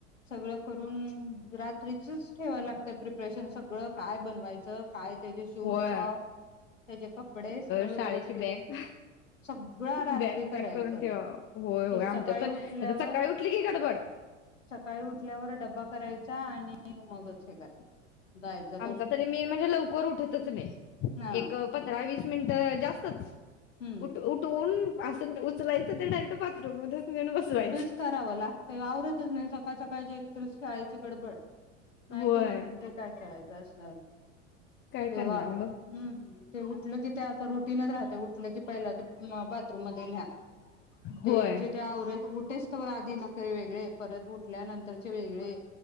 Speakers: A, on the left; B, on the left.
A: सगळं करून रात्रीचच ठेवायला लागत प्रिपरेशन सगळं काय बनवायचं? काय त्याचे शूज,
B: होय
A: सॉक त्याचे कपडे सगळं
B: शाळेची
A: व्यवस्थित
B: बॅग
A: <unintelligible> सगळं रात्री
B: बॅग
A: करायचं
B: पॅक करून ठेवा होय होय
A: कि सकाळी
B: आमच्यात पण
A: उठल्यावर
B: आता सकाळी उठली की गडबड
A: सकाळी उठल्यावर डब्बा करायचा चहा आणि आणि मगच हे करायच जायच
B: आमचा तरी मेन म्हणजे लवकर उठतच नाही
A: हा
B: एक पंधरा वीस मिनिट जास्तच
A: हम्म
B: उठ उठवून अस उचलायचं ते डायरेक्ट बाथरूम मध्येच नेऊन बसवायचं
A: तेच करावं लागतय आवरतच नाही सक काल सकाळ ची तर शाळेची गडबड नाही
B: होय
A: केलं तर ते काय करायचं ते असणार
B: काय
A: तेेवा
B: करणार
A: हम्म
B: मग
A: ते उठले की ते आता रुटीनच राहतय उठल की पहिला ते बाथरूम मध्ये न्या
B: होय
A: ते त्याचं ते आवरे उठेसच तोवर आधी नखरे वेगळे परत उठल्यानंतरचे वेगळे